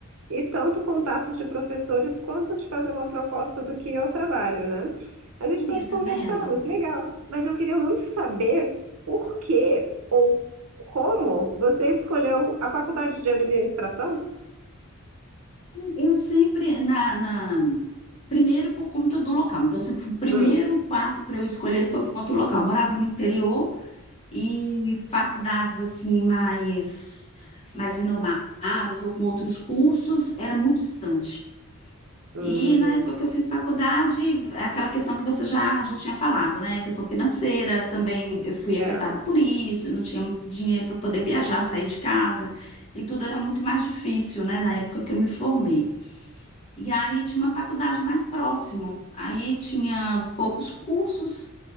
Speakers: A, on the right; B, on the left.
A: e tanto contatos de professores quanto te fazer uma proposta do que eu trabalho, né? A gente
B: aí,
A: pode conversar,
B: tá vendo?
A: muito legal. Mas eu queria muito saber por que ou como você escolheu a faculdade de administração?
B: Eu sempre, na, na- primeiro por conta do local, então, se o primeiro
A: Hum,
B: passo para eu escolher foi por conta do local, eu morava no interior e faculdades, assim, mais, mais renomadas ou com outros cursos, era muito distante.
A: hum,
B: E na época que eu fiz faculdade, aquela questão que você já, já tinha falado, né? A questão financeira, também eu fui
A: é.
B: afetada por isso, eu não tinha muito dinheiro para poder viajar, sair de casa, e tudo era muito mais difícil, né? Na época que eu me formei. E aí tinha uma faculdade mais próximo, aí tinha poucos cursos,